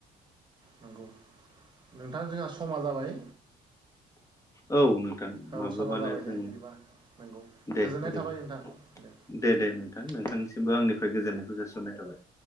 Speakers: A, on the right (about 25°); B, on the left (about 20°).
A: नंगौ नोंथां जोंहा समा जाबाय
B: औ नोंथां
A: औ
B: माब्लाबानो
A: समा जाबाय
B: जों
A: दे बिदिबा नंगौ
B: दे
A: गोजोननाय
B: बिदिब्ला
A: थाबाय नोंथां दे
B: दे दे नोंथां नोंथांनिसिमबो
A: औ।
B: आंनिफ्राय गोजोननायखौ जासिहरनाय थाबाय